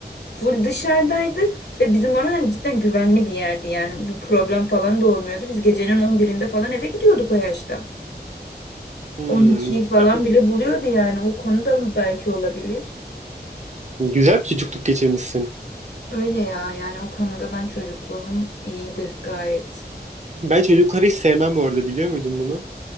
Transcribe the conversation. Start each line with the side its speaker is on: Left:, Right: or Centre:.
Left: Full dışarıdaydık ve bizim orası hani cidden güvenli bir yerdi yani bir problem falan da olmuyordu. Biz gecenin 11'inde falan eve gidiyorduk o yaşta.
Right: Hmm,
Left: 12'yi falan
Right: güzel mi?
Left: bile buluyordu yani o konuda belki olabilir.
Right: Güzel bir çocukluk geçirmişsin.
Left: Öyle ya yani o konuda ben çocukluğum iyiydi gayet.
Right: Ben çocukları hiç sevmem bu arada biliyor muydun bunu?